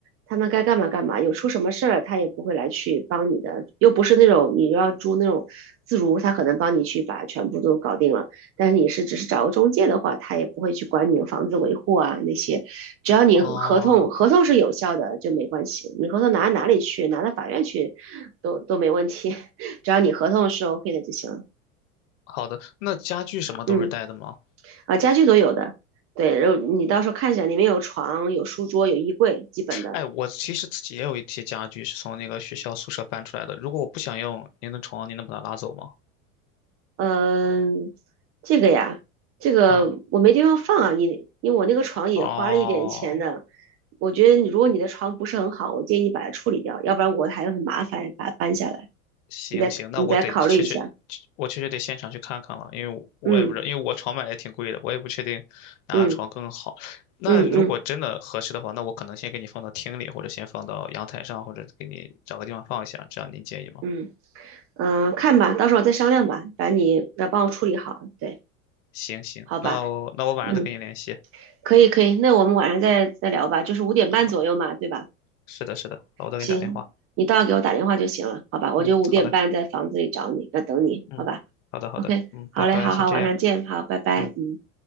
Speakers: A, on the right; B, on the left.
A: 他们该干嘛干嘛，有出什么事儿他也不会来去帮你的，又不是那种你要租那种自如，他可能帮你去把全部都搞定了。但是你是只是找个中介的话，他也不会去管你的房子维护啊那些，只要你合同合同是有效的就没关系，
B: 哦，
A: 你合同拿到哪里去，拿到法院去都都没问题。只要你合同是 OK 的就行了。
B: 好的，那家具什么都是带的吗？
A: 嗯，啊，家具都有的，对，然后你到时候看一下，里面有床、有书桌、有衣柜，基本的。
B: 哎，我其实自己也有一些家具是从那个学校宿舍搬出来的，如果我不想用，您的床，您能把它拉走吗？
A: 嗯，这个呀，这个我没地方放啊，
B: 嗯，
A: 你因为我那个床也花了一点钱的。
B: 哦。
A: 我觉得你如果你的床不是很好，我建议你把它处理掉，要不然我还很麻烦把它搬下来。
B: 行行，
A: 你再你再考虑一下。
B: 那我得确实，我确实得现场去看看了，因为我我也不知道，
A: 嗯
B: 因为我床买也挺贵的，我也不确定哪个床更好。
A: 嗯
B: 那如果真的合适的话，
A: 嗯嗯
B: 那我可能先给你放到厅里，或者先放到阳台上，或者给你找个地方放一下，这样您介意吗？
A: 嗯嗯，呃看吧，到时候再商量吧。反正你要帮我处理好，对，
B: 行行，
A: 好吧，
B: 那我那我晚上再跟你联系。
A: 嗯。可以可以，那我们晚上再再聊吧，就是五点半左右嘛，
B: 好，
A: 对吧？
B: 是的，是的，好，我再给你打电话。
A: 行，你到时候给我打电话就行了，好吧？我就五点半在房子里找你，
B: 嗯，好嘞，
A: 那等你，
B: 嗯，
A: 好吧？OK，
B: 好的，好的，嗯，
A: 好嘞，
B: 拜拜，
A: 好好，
B: 先这样。
A: 晚上见，好，拜拜，
B: 嗯。
A: 嗯。